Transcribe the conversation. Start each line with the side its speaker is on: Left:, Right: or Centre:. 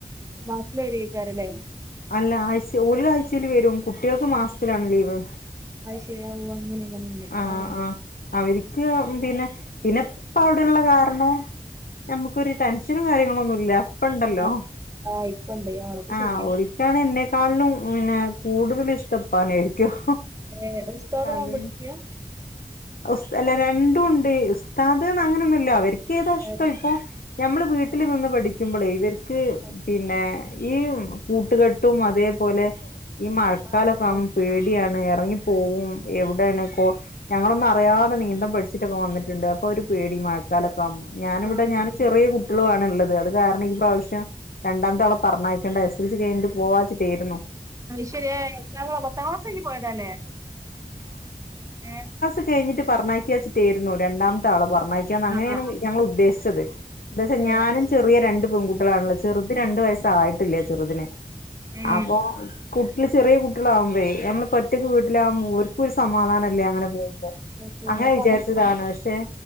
Right: വാകി ലായിക്കാരല്ലേ
Left: അല്ല ആഴ്ച ഒരു അഴ്ചൽ വരും കുട്ടികൾക്ക് മാസത്തിലാണ് ലീവ്
Right: ചെയാവോ അങ്ങനെ അങ്ങനെ
Left: ആഹ്
Right: ആ
Left: ആഹ് അവർക്ക് പിന്നെ പിന്നെപ്പ അവിടെള്ള കാരണം നമക്കൊരു ടെൻഷനും കാര്യങ്ങള ഒന്നും ഇല്ല അപ്പ ഇണ്ടല്ലോ
Right: ആ ആ ഇപ്പണ്ട് അത്
Left: ആ
Right: ശരിയാ
Left: ഒരിക്കാണ് എന്നെക്കാളിലും പിന്നെ കൂടുതൽ ഇഷ്ടപാനായിരിക്കും
Right: ഏ ഉസ്താദാവാൻ
Left: അബന്
Right: പഠിക്കാ
Left: സ്ത അല്ല രണ്ടും ഉണ്ട് ഉസ്താദ് അങ്ങനെൊന്നുമല്ല അവർക ഏതാ ഇഷ്ടം
Right: ഏ
Left: ഇപ്പൊ ഞമ്മള് വീട്ടിൽ നിന്ന് പഠിക്കുമ്പോള ഇവർക്ക്
Right: ആ
Left: പിന്നെ ഈ കൂട്ടുകെട്ടും അതേപോലെ ഈ മഴക്കാലൊക്കെ
Right: ആ
Left: ആമ്പോ പേടിയാണ് ഇറങ്ങി പോകവും എവിടെണക്ക ഞങ്ങളൊന്ന അറിയതെീന്തം പഠിച്ചിട്ടൊക്കെ വന്നിട്ടണ്ട് അ ഒരു പേടി മക്കാലൊക്കെ ഇപ്പം ഞാനിവിടെ
Right: അയ്ശരി
Left: ഞാൻ ചെറിയ കുട്ടികളുണ് ള്ളത് അത് കാരണം ഇപ്രാവശ്യം ആവശ്യം രണ്ടാമ തോളം പറഞ്ഞക്കേണ്ട എസ് എൽ സി കഴഞ്ഞിട്ട് പോവാച്ചിട്ടോയിരുന്നു
Right: ശരി പത്താം ക്ലാസ്സ എക്ക് പോയതല്ലേ ഏർ
Left: അ കഴിഞ്ഞിട്ട് പറഞ്ഞാക്കക്ക വച്ചിട്ടായിരുന്നു രണ്ടാമത്തെ ആളെ പറഞ്ഞാക്കക്കാന്ന് അങ്ങനെയാണ്
Right: ആ ആ ആ
Left: ഞങ്ങള ഉദ്ദേശിച്ചത് എന്ത്വച്ചാ
Right: ഏ
Left: ഞാനും
Right: അത് ശരി
Left: ചെറിയ രണ്ട് പെൺകുട്ട്യോളാണല്ലോ? ചെറുത് രണ്ടു വയസായിട്ടില്ല ചെറുതിന്.
Right: ഏ
Left: അപ്പോ കുട്ടൃള് ചെറ്യ കുട്ടൃളാകുമ്പോഴേ നമ്മളിപ്പോറ്റക്ക് വീട്ടിലാകുമ്പോ ഓര്ക്കും ഒരു സമാധാന ഇല്ല അങ്ങനെ പോകു മ്പോ,
Right: അത് ശരി
Left: അങ്ങനെ
Right: അപ്പൊ
Left: വിചാരിച്ചതാണ്, പക്ഷേ